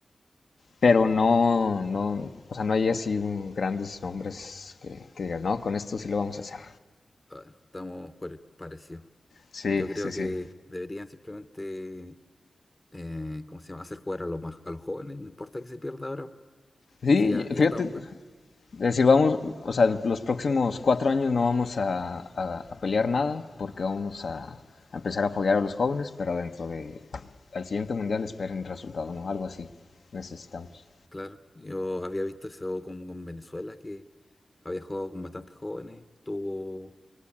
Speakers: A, on the left (about 65°); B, on the left (about 15°).
A: Pero
B: Bueno,
A: no, no, o sea, no hay así un- grandes nombres que, que digas, no, con esto sí lo vamos a hacer.
B: a ver, estamos pare- parecidos.
A: Sí,
B: Yo creo
A: sí,
B: que
A: sí.
B: deberían simplemente, eh, ¿cómo se llama? Hacer jugar a los más, a los jóvenes, no importa que se pierda ahora.
A: Sí,
B: Si ya, ya
A: fíjate,
B: estamos
A: es
B: mal,
A: decir, vamos, o sea, los próximos cuatro años no vamos a, a- a pelear nada porque vamos a, a empezar a apoyar a los jóvenes, pero dentro de, al siguiente mundial esperen resultado, ¿no? Algo así necesitamos.
B: claro. Yo había visto eso como con Venezuela, que había jugado con bastantes jóvenes. Tuvo,